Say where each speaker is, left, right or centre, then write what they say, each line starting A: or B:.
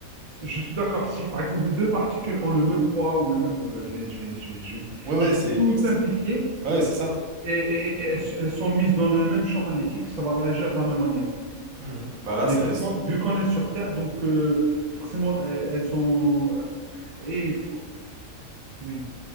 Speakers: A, on the right; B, on the right.
A: Je suis d'accord. Si, par exemple, les deux particules ont le même poids ou le même... euh, je vais, je vais, je vais, je vais-
B: Ouais ouais
A: je vais
B: c'est
A: tout
B: c'est-
A: simplifier
B: ouais c'est ça.
A: et, et- et elles, elles sont mises dans le même champ magnétique, ça va réagir de la même manière.
B: Mhm. Bah là
A: Et
B: c'est
A: vu
B: ouais
A: qu'on, vu qu'on est sur Terre, donc euh, forcément, elles, elles sont... euh, et il faut- Oui.